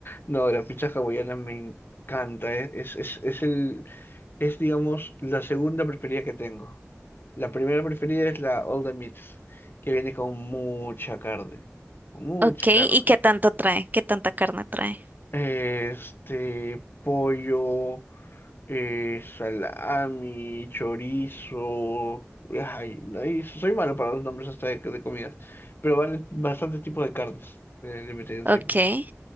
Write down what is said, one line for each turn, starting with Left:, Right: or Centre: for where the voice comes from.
Left: No, la pizza hawaiana me encanta. Es, es, es, es el, es, digamos, la segunda preferida que tengo. La primera preferida es la All the Meats, que viene con mucha carne. Mucha
Right: Ok, ¿y
Left: carne.
Right: qué tanto trae? ¿Qué tanta carne trae?
Left: Este, pollo, eh, salami, chorizo. Ay, ay, soy malo para los nombres hasta de, de comidas, pero vale bastante tipo de carnes eh, le metí encima.
Right: Ok,